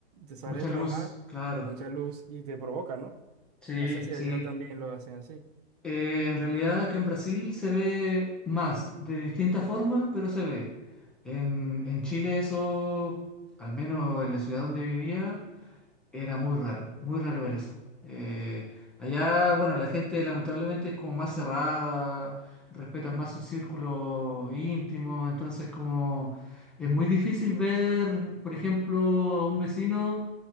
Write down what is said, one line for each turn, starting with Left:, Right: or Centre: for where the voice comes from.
Right: te sales
Centre: mucha
Right: de trabajar,
Centre: luz, claro.
Right: mucha luz y te provoca, ¿no?
Centre: Sí,
Right: No sé si
Centre: sí.
Right: allá también lo hacen así.
Centre: Eh, en realidad acá en Brasil se ve más, de distinta forma, pero se ve. En, en Chile eso, al menos en la ciudad donde vivía, era muy raro, muy raro ver eso. Eh, allá, bueno, la gente lamentablemente es como más cerrada, respetan más su círculo íntimo, entonces como es muy difícil ver, por ejemplo, a un vecino.